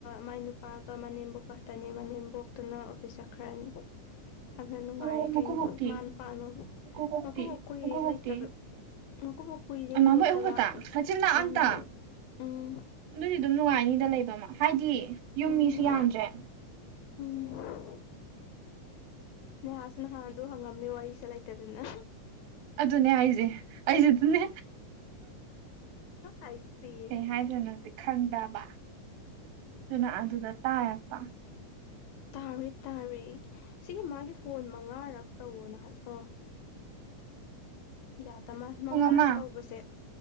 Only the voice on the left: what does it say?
ꯃꯥꯏ ꯅꯨꯄꯥꯒ ꯃꯅꯦꯝꯕꯨꯣꯛꯈꯇꯅꯦ ꯃꯅꯦꯝꯕꯣꯛꯇꯨꯅ ꯑꯣꯐꯤꯁ ꯆꯛꯈ꯭ꯔꯅꯤ <unintelligible> ꯑꯗꯨꯟ ꯅꯨꯡꯉꯥꯏꯔꯦ
ꯀꯩꯅꯣ ꯃꯥꯅ <unintelligible>
ꯃꯀꯨꯕꯣꯛ ꯀꯨꯏꯔꯦ
ꯂꯩꯇꯕ ꯃꯀꯨꯕꯣꯛ ꯀꯨꯏꯔꯦ
ꯂꯩꯇꯕ
ꯎꯝ
ꯎꯝ
ꯎꯝ
ꯎꯝ ꯅꯦꯍꯥꯁꯨ ꯅꯍꯥꯟꯗꯣ ꯍꯪꯉꯝꯃꯦ ꯋꯥꯔꯤꯁꯦ ꯂꯩꯇꯗꯅ
ꯑꯩꯁꯦ ꯁꯤꯔꯦ
ꯇꯥꯔꯦ ꯇꯥꯔꯦ ꯁꯤꯒꯤ ꯃꯥꯒꯤ ꯐꯣꯟ ꯃꯉꯥꯔꯛ ꯇꯧꯋꯣꯅ ꯍꯥꯏ ꯑꯣ ꯌꯥꯗꯃꯥꯟ ꯃꯉꯥꯔꯛ
ꯇꯧꯕꯁꯦ